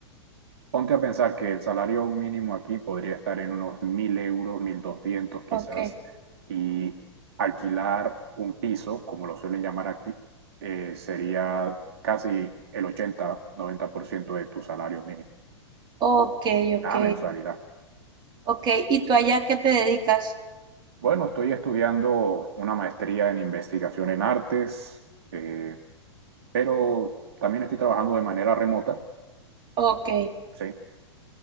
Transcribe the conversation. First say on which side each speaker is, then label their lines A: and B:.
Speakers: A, on the right; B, on the right.
A: ponte a pensar que el salario mínimo aquí podría estar en unos mil euros, mil doscientos quizás,
B: ok,
A: y alquilar un piso, como lo suelen llamar aquí, eh, sería casi el ochenta noventa por ciento de tu salario mínimo,
B: ok, ok,
A: la mensualidad.
B: ok. ¿Y tú allá qué te dedicas?
A: Bueno, estoy estudiando una maestría en investigación en artes. eh, pero también estoy trabajando de manera remota,
B: Ok.
A: ¿sí?